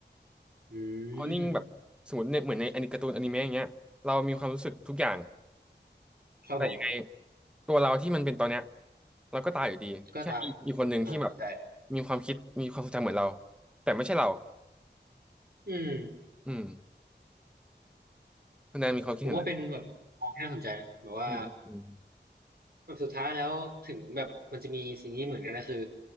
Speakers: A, on the right (about 60°); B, in the centre.
A: อื
B: โคลนนิ่งแบบสมมติในเหมือนในอนิการ์ตูนอนิเมะอย่างเงี้ยเรามีความรู้สึกทุกอย่าง
A: มครับผม
B: แต่ยังไงตัวเราที่มันเป็นตอนเนี้ยเราก็ตายอยู่ดีแค่มีอีกคนหนึ่งที่แบบ
A: ก็ตายอ่าเข้าใจ
B: มีความคิดมีความทรงจำเหมือนเราแต่ไม่ใช่เรา
A: อืม
B: อืมคุณแดนมีความคิดเห็นอะไร
A: ผมว่าเป็นแบบมองที่น่าสนใจนะแบบว่า
B: อืมอืม
A: แบบสุดท้ายแล้วถึงแบบมันจะมีสิ่งนี้เหมือนกันนะคือ